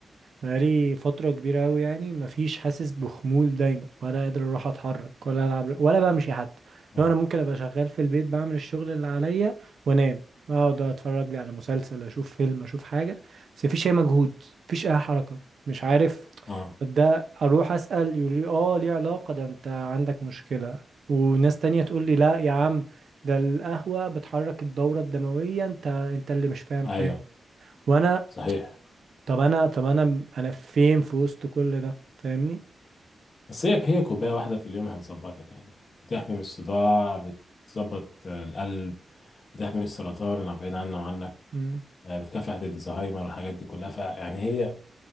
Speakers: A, on the right; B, on the left.
A: بقالي فترة كبيرة أوي يعني مفيش حاسس بخمول دايما ولا قادر أروح أتحرك ولا ألعب ولا بمشي حتى
B: اه
A: لو أنا ممكن أبقى شغال في البيت بعمل الشغل اللي عليا وأنام أقعد أتفرج لي على مسلسل أشوف فيلم أشوف حاجة بس مفيش أي مجهود مفيش أي حركة مش عارف
B: اه
A: طب ده أروح أسأل يقول لي آه ليه علاقة ده أنت عندك مشكلة وناس تانية تقول لي لا يا عم ده القهوة بتحرك الدورة الدموية أنت أنت اللي مش فاهم
B: ايوه
A: حاجة وانا
B: صحيح
A: طب انا طب انا انا فين في وسط كل ده فاهمني
B: بس هي هي كوباية واحدة في اليوم هتظبطك يعني بتحمي من الصداع بتظبط آه، القلب بتحمي من السرطان اللي بعيد عنه وعنك
A: مم.
B: آه، بتكافح ضد الزهايمر والحاجات دي كلها فيعني هي